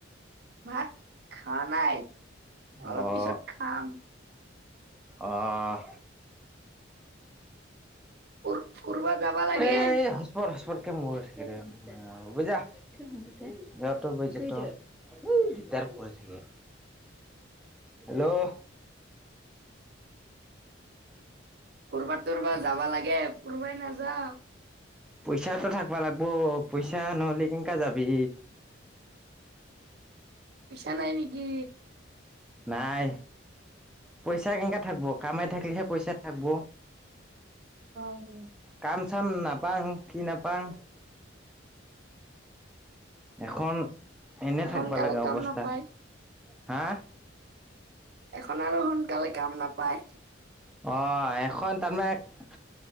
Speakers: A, on the right; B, in the centre.
A: ভাত খোৱা নাই।
B: অ'।
A: অলপ পিছত খাম।
B: আহ।
A: ফুৰ ফুৰবা যাবা লাগে
B: এ' হচপট-হচপটকে মৰি থাকে। অ', হ'ব যা <unintelligible> দিগদাৰ কৰি থাকে, হেল্ল'?
A: কৰবাত-তৰবাৰ যাবা লাগে, ফুৰিবয়ে নাযাওঁ।
B: পইচা এটা থাকবা লাগিব, পইচা নহ'লে কেনেকা যাবি।
A: পইচা নাই নেকি?
B: নাই, পইচা কেনেকা থাকিব, কামাই থাকিলেহে পইচা থাকিব।
A: অ'।
B: কাম-চাম নাপাওঁ, কি নাপাওঁ। এখন এনে
A: সোনকালে
B: থাকিবা লাগা
A: কাম
B: অৱস্থা,
A: নাপায়
B: হা?
A: এখন আৰু সোনকালে কাম নাপায়।
B: অ', এখন তাৰমানে